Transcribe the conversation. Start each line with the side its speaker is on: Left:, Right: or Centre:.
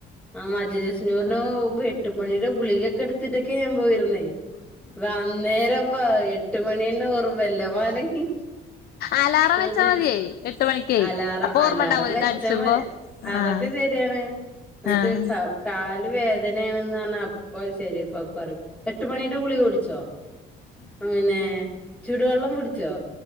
Centre: ആ മജ്‌ലിസുനൂർന് പോവുമ്പോ എട്ട് മണിയുടെ ഗുളികൊക്കെ എടുത്തിട്ടൊക്കെ ഞാൻ പോയിര്ന്നേ.. അന്നേരപ്പ എട്ട്മണിന്നെ ഓർമല്ല വാണങ്ങി..
Left: അലാറം
Centre: ന്ന്ട്ട്
Left: വെച്ചാ മതിയേ എട്ട് മണിക്കേ
Centre: അലാറം.
Left: അപ്പൊ
Centre: അലാറം
Left: ഓർമ്മ ഉണ്ടാവൂലോ
Centre: വെച്ചാ
Left: ഇത് അടിച്ചുമ്പോ
Centre: മതിയ.. അതൊക്കെ
Left: ആഹ്
Centre: ശരിയെണ് മറ്റേ.
Left: ആഹ്
Centre: ക്ക. കാല് വേദനണന്ന് പറഞ്ഞാ അപ്പ ശരിപ്പ പറയും എട്ട് മണീടെ ഗളിക കു ടിച്ചോ. ഹ്. മ്ന്നെ. ചൂടുവള്ളം പുടിച്ചോ.